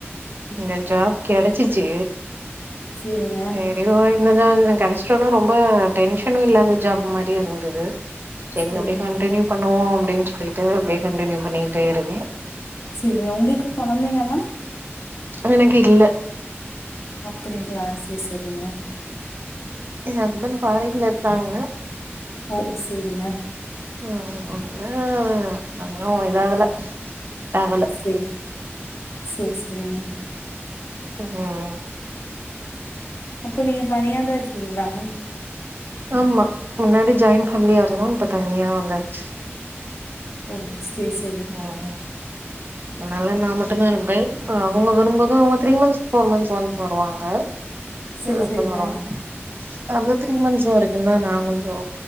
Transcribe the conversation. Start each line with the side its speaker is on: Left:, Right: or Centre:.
Right: இந்த ஜாப் கெடச்சிச்சி
Left: சேரிங்க
Right: சேரி ஓ இந்த ஜா கெடச்சிட்டோனா ரொம்ப டென்ஷனு இல்லாத ஜாப் மாரி இருந்துது சேரி
Left: சேரிங்க
Right: அப்டே கண்டினியூ பண்ணுவோ அப்டின் சொல்லிட்டு அப்டியே கண்டினியூ பண்ணிட்டே இருக்கே
Left: சேரி உங்களுக்கு குழந்தைங்கல்லா
Right: அது எனக்கு இல்ல
Left: அப்படிங்களா சேரி சேரிங்க
Right: ஏ ஹஸ்பண்ட் ஃபாரின்ல இருக்காங்க
Left: ஓ செரிங்க
Right: உ இன்னு அது ஒன்னு இதாகல ஆகல
Left: சேர் சேரி சேரிங்க
Right: ம் ம்
Left: அப்ப நீங்க தனியாதா இருக்கீங்களா
Right: ஆமா முன்னாடி ஜாயிண்ட் ஃபேமிலியா இருந்தோ இப்ப தனியா வந்தாச்சி
Left: ஓ சே சே
Right: <inaudible> அதனால நா மட்டுதா இருப்ப அவுங்க வரும்போது அவுங்க three months four months once வருவாங்க
Left: செரி
Right: எ ஹஸ்பண்ட்
Left: செரிங்க
Right: வருவாங்க அந்த த்ரீ மன்த்ஸ் வரைக்குதா நா கொஞ்சோ